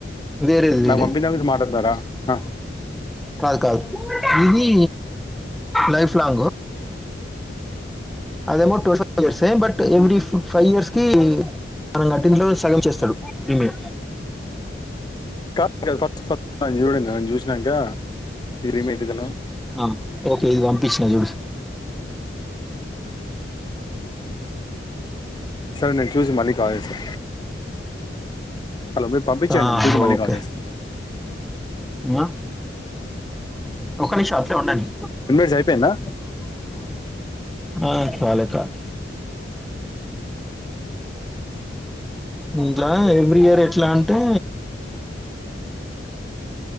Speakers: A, in the centre; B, on the left.
A: వేరేది వేరేది
B: నాకు పంపింద్దానిగురించి మాట్లాడతునారా ఆ
A: కాదు కాదు ఇది లైఫ్ లాంగ్ అదేమో twelve years but every five years కి మనం గట్టింట్లో సగం చేస్తడు ప్రీమి
B: కాదు కాదు ఫస్ట్ ఫ నను చూడూరి నను చూసినంక దిరిమ్ ఎంటిదనో
A: ఆ ఓకే ఇది పంపి తీసిజుడు
B: సారె నేను చూసి మళ్ళీ కాల్ చేస్తా హలో మీరు పంపించేయండి
A: ఆ,
B: చూసి మళ్ళీ
A: ఓకే
B: కాల్ చేస్తా
A: ఆ, ఒక్క నిమిషం అట్లే ఉండండి
B: టెన్ డెస్ అయిపోయిందా
A: ఆ, చాలే కాదు దింట్ల ఆ ఎవ్రీ ఇయర్ ఎట్లా అంటే